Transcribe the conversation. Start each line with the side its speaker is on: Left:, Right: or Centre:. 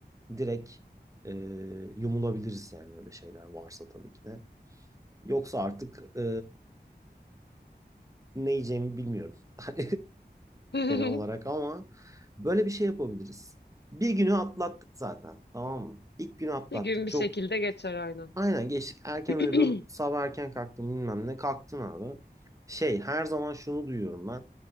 Right: direkt e, yumulabiliriz yani öyle şeyler varsa tabii ki de. Yoksa artık e, ne yiyeceğimi bilmiyorum. <laughs>
Left: <laughs>
Right: genel olarak ama böyle bir şey yapabiliriz. Bir günü atlattık zaten. Tamam mı? İlk günü atlattık.
Left: Bir gün
Right: Çok
Left: bir şekilde geçer aynen.
Right: aynen geçtik. Erken
Left: <clears throat>
Right: uyudun, sabah erken kalktın bilmem ne. Kalktın abi. Şey her zaman şunu duyuyorum ben.